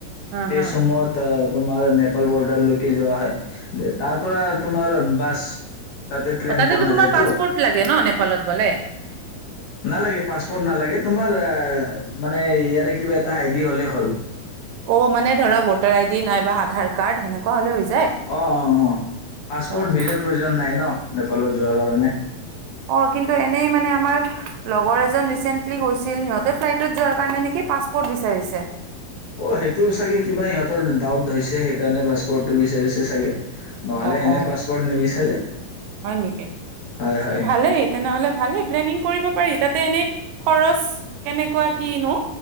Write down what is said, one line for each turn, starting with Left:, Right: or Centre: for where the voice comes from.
Right: হা
Left: সেই
Right: হা
Left: চময়ত <unintelligible> তোমাৰ নেপাল <unintelligible> তাললৈকে যোৱা হয় তাৰ পৰা তোমাৰ বাছ। তাতে ট্ৰেইন
Right: অ, তাতেতো
Left: পোৱা নাযায়তো
Right: তোমাৰ পাছপৰ্ট লাগে ন, নেপালত গলে।
Left: নালাগে পাছপৰ্ট নালাগে তোমাৰ মানে ইয়াৰে কিবা এটা আইডি হ'লে হ'ল।
Right: অ', মানে ধৰা ভোটাৰ আই ডি নাইবা আধাৰ কাৰ্ড সেনেকোৱা হ
Left: অ' অ' অ' পাছপোৰ্ট
Right: আচ্ছা
Left: ভিজাৰ প্ৰয়োজন নাই ন। নেপালত যোৱাৰ কাৰণে
Right: অ' কিন্তু এনেই মানে আমাৰ লগৰ এজন ৰিচেণ্টলি গৈছিল সিহঁতে ফ্লাইটত যোৱাৰ কাৰণে নেকি পাছপৰ্ট বিচাৰিছে।
Left: অ' সেইটো চাগে কিবা সিহঁতৰ ডাউট হৈছে সেইকাৰণে পাছপোৰ্টটো বিচাৰিছে চাগে। নহলে
Right: অ
Left: এনে
Right: অ
Left: পাছপৰ্ট নিবিচাৰে।
Right: হয় নেকি
Left: হয় হয়
Right: ভালেই তেনেহলে ভালেই। প্লেনিং কৰিব পাৰি, তাতে এনেই খৰচ কেনেকুৱা কিনো।